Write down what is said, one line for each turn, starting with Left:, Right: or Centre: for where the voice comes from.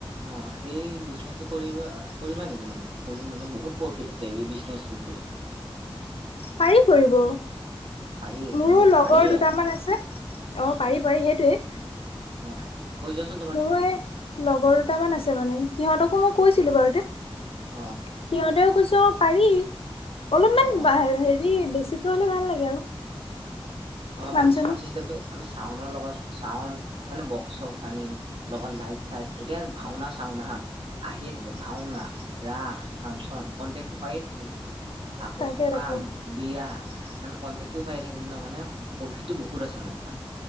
Right: অ' সেই বিজনেচটো কৰিব কৰিবা নেকি মানে কৰিম মানে বহুত প্ৰফিট আছে এই বিজনেচটোত বোলে।
Left: পাৰি কৰিব।
Right: পাৰি এইটো
Left: মোৰো
Right: মানে
Left: লগৰ
Right: পাৰি
Left: দুটামান
Right: আৰু
Left: আছে, অ' পাৰি পাৰি সেইটোৱে।
Right: অ'। কৈ যোৱাচোন তোমাৰতো
Left: মোৰো এই লগৰ দুটামান আছে মানে সিহঁতকো মই কৈছিলোঁ বাৰুতে। সিহঁতেও
Right: অ
Left: কৈছে অ' পাৰি। অলপমান
Right: অ।
Left: হেৰি বেছিকৈ হ'লে ভাল লাগে আৰু।
Right: অ'
Left: মানুহ
Right: মানে
Left: চানুহ।
Right: ছাউণ্ড চিষ্টেমটো আমি চাউনৰ লগত চাউন মানে বক্স চক্স আনিম লগত লাইট চাইট, এতিয়া ভাওনা চাওনা হা আহিয়ে থাকে ভাওনা, ৰাস, ফাংচন কনটেকটো পায়ে থাকিম। আকৌ
Left: তাকে
Right: সকাম,
Left: তাকে
Right: বিয়া মানে কণ্টেক্টটো পাই থাকিম ন' মানে প্ৰফিটটো বহুত আছে মানে তাত।